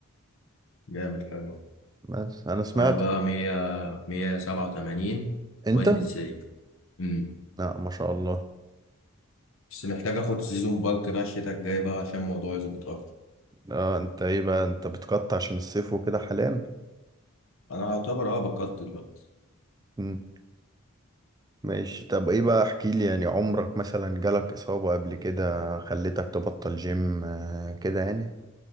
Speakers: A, on the left; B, on the right.
A: جامد حلو
B: بس انا سمعت
A: انا بقى مية مية سبعة وتمانين
B: انت
A: وزني تسعين امم
B: لا ما شاء الله
A: بس محتاج اخد سيزون بالك بقى الشتاء الجاي بقى عشان الموضوع يظبط اكتر
B: اه انت ايه بقى انت بتقطع عشان الصيف وكده حاليا
A: انا اعتبر اه بقدت دلوقتي
B: مم. ماشي طب ايه بقى احكي لي يعني عمرك مثلا جالك اصابة قبل كده خلتك تبطل جيم آه، كده يعني